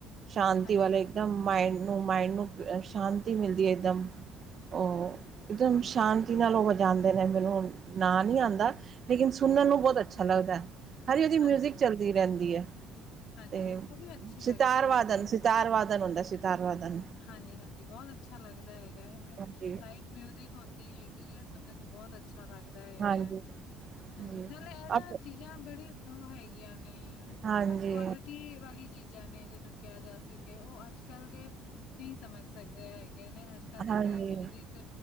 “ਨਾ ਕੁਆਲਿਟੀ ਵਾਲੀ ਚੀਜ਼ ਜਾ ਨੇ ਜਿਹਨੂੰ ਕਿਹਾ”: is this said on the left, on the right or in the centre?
Left